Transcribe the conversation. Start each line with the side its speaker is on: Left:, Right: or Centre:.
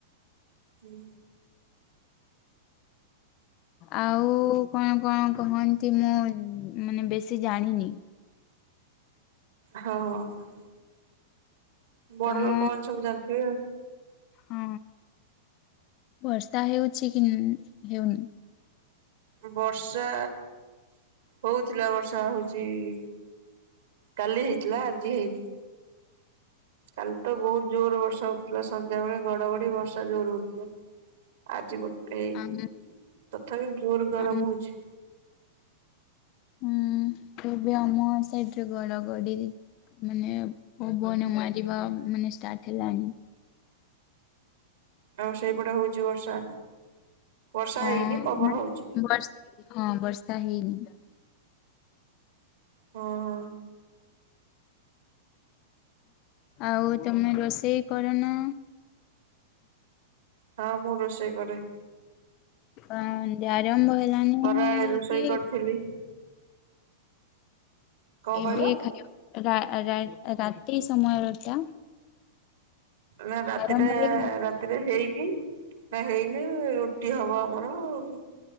Right: ହୁଁ।
Left: ଆଉ କଣ କଣ କହନ୍ତି, ମୁଁ ମାନେ ବେଶୀ ଜାଣିନି?
Right: ହଁ ହଁ ବଡ
Left: ତମ
Right: ଲୋକମାନେ ସବୁ ଜାଣିଥିବେ ଆଉ।
Left: ହଁ। ବର୍ଷା ହେଉଛି କି ହେଉନି?
Right: ବର୍ଷା ହଉଥିଲା ବର୍ଷା ହଉଛି। ଆଜି ଇ କାଲି ହେଇଥିଲା ଆଜି ହେଇନି। କାଲି ତ ବହୁତ ଜୋର ବର୍ଷା ହଉଥିଲା ସନ୍ଧ୍ୟା ବେଳେ ଘଡଘଡି ବର୍ଷା ଜୋର ହଉଥିଲା ଆଜି ଗୋଟେ ହେଇନି
Left: ଆମ
Right: ତଥାପି ଜୋର ଗରମ
Left: ଆମ
Right: ହଉଛି।
Left: ହୁଁ କେବେ ଆମ ସାଇଡରେ ଗଡ ଗଡି ମାନେ ବନ ମାରିବା ମାନେ ଷ୍ଟାର୍ଟ ହେଲାଣି।
Right: ଆଉ ସେଇପଟେ ହଉଛି ବର୍ଷା ବର୍ଷା
Left: ହଁ
Right: ହେଇନି ପବନ ହଉଛି।
Left: ବର୍ଷ ହଁ ବର୍ଷା ହେଇନି
Right: ହଁ ହଁ।
Left: ଆଉ ତମର ରୋଷେଇ କରନ
Right: ହଁ ମୁଁ ରୋଷେଇ କରେ।
Left: ହ ଆରମ୍ଭ ହେଲାନି
Right: ଖରାବେଳେ ରୋଷେଇ
Left: କି
Right: କରିଥିଲି କଣ
Left: ଏବେ
Right: କହିଲ?
Left: ଖାଇବା ରା-ରା-ରାତି ସମୟଟା
Right: ନା ରାତିଟା
Left: ଆରମ୍ଭ ହେଇଗଲା
Right: ରାତିରେ ହେଇନି। ନା ହେଇନି ରୁଟି ହବ ଆମର ଆଉ।